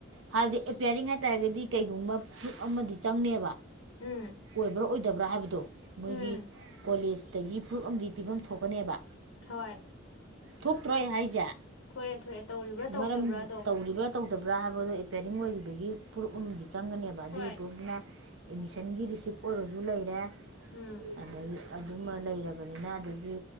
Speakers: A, on the right; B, on the left.
A: ꯍꯥꯏꯕꯗꯤ ꯑꯦꯄꯤꯌꯥꯔꯤꯡ ꯍꯥꯏꯇꯥꯥꯔꯒꯗꯤ ꯀꯩꯒꯨꯝꯕ ꯄ꯭ꯔꯨꯞ ꯑꯃꯗꯤ ꯆꯪꯅꯦꯕ
B: ꯎꯝ
A: ꯑꯣꯏꯕ꯭ꯔꯥ ꯑꯣꯏꯗꯕ꯭ꯔꯥ ꯍꯥꯏꯕꯗꯣ ꯃꯣꯏꯒꯤ
B: ꯎꯝ
A: ꯀꯣꯂꯦꯖꯇꯒꯤ ꯄ꯭ꯔꯨꯞ ꯑꯃꯗꯤ ꯄꯤꯐꯝ ꯊꯣꯛꯀꯅꯦꯕ
B: ꯍꯣꯏ
A: ꯊꯣꯛ ꯇ꯭ꯔꯣ ꯑꯩꯅ ꯍꯥꯏꯖꯦ
B: ꯊꯣꯛꯑꯦ ꯊꯣꯛꯑꯦ ꯇꯧꯔꯤꯕ꯭ꯔꯥ ꯇꯧꯗꯕ꯭ꯔꯥꯗꯣ
A: ꯃꯔꯝ ꯇꯧꯔꯤꯕ꯭ꯔꯥ ꯇꯧꯗꯕ꯭ꯔꯥ ꯍꯥꯏꯕꯗꯣ ꯑꯦꯄꯦꯛ ꯔꯤꯡ ꯑꯣꯏꯔꯤꯕꯒꯤ ꯄ꯭ꯔꯨꯞ ꯑꯃꯗꯤ ꯆꯪꯒꯅꯦꯕ ꯑꯗꯨꯒꯤ
B: ꯍꯣꯏ
A: ꯄ꯭ꯔꯨꯨꯞꯇꯨꯅ ꯑꯦꯠꯃꯤꯁꯟꯒꯤ ꯔꯤꯁꯤꯞ ꯑꯣꯏꯔꯁꯨ ꯂꯩꯔꯦ ꯑꯗꯩ
B: ꯎꯝ
A: ꯑꯗꯨꯃ ꯂꯩ ꯂꯩꯔꯕꯅꯤꯅ ꯑꯗꯒꯤ